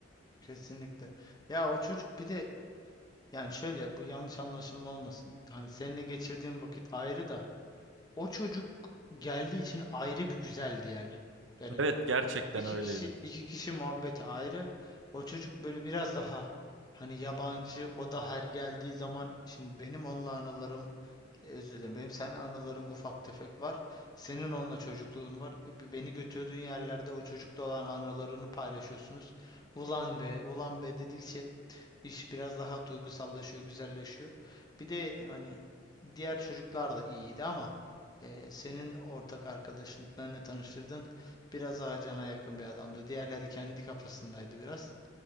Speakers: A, on the left; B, on the right.
A: kesinlikle. Ya o çocuk bir de Yani şöyle bu yanlış anlaşılma olmasın. Hani seninle geçirdiğim vakit ayrı da o çocuk geldiği için ayrı bir güzeldi yani. Yani
B: Evet gerçekten
A: şimdi iki
B: öyleydi.
A: kişi iki kişi muhabbeti ayrı. O çocuk böyle biraz daha hani yabancı o da her geldiği zaman şimdi benim onunla anılarım e, özür dilerim benim seninle anılarım ufak tefek var. Senin onunla çocukluğun var. E, Beni götürdüğün yerlerde o çocukla olan anılarını paylaşıyorsunuz. Ulan be ulan be dedikçe İş biraz daha duygusallaşıyor, güzelleşiyor. Bir de hani diğer çocuklar da iyiydi ama e, senin ortak arkadaşın, benle tanıştırdın, biraz daha cana yakın bir adamdı. Diğerleri kendi kafasındaydı biraz.